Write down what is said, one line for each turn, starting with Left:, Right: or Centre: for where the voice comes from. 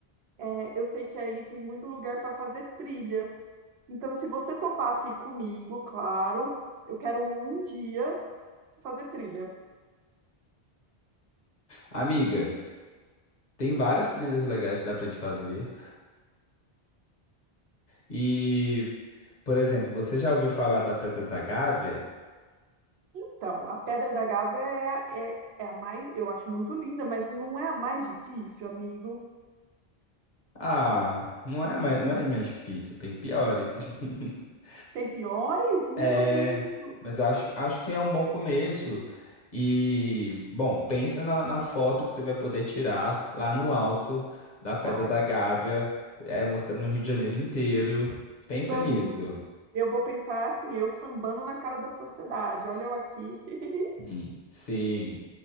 Right: é, eu sei que aí tem muito lugar para fazer trilha. Então, se você topasse ir comigo, claro, eu quero um dia fazer trilha.
Left: Amiga, tem várias trilhas legais que dá pra gente fazer. E, por exemplo, você já ouviu falar da Pedra da Gávea?
Right: Então, a Pedra da Gávea é, é, é a mais, eu acho muito linda, mas não é a mais difícil, amigo.
Left: Ah, não é mais, não é mais difícil, tem piores. <laughs>
Right: Tem piores? Meu
Left: É,
Right: Deus!
Left: mas acho, acho que é um bom começo. E, bom, pensa na, na foto que você vai poder tirar lá no alto da Pedra
Right: Ai,
Left: da
Right: gente.
Left: Gávea, é, mostrando o Rio de Janeiro inteiro. Pensa
Right: Sambo.
Left: nisso.
Right: Eu vou pensar assim, eu sambando na cara da sociedade. Olha eu aqui. <laughs>
Left: Hum. Sim.